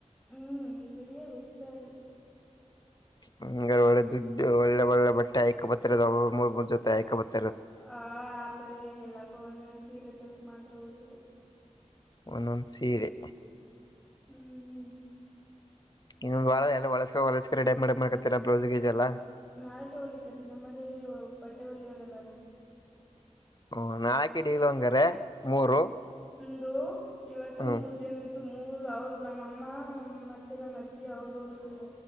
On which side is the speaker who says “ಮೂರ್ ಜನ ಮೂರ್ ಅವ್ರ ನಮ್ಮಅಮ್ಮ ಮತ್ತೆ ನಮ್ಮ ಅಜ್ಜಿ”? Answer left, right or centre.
Centre